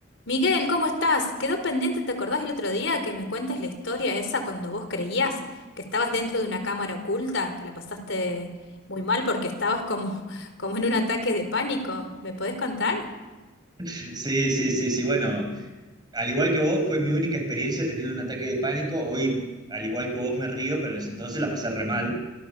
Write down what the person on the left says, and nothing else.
Miguel, ¿cómo estás? Quedó pendiente, ¿te acordás el otro día que me cuentes la historia esa cuando vos creías que estabas dentro de una cámara oculta, que la pasaste muy mal porque estabas como, <laughs> como en un ataque de pánico? ¿Me podés contar?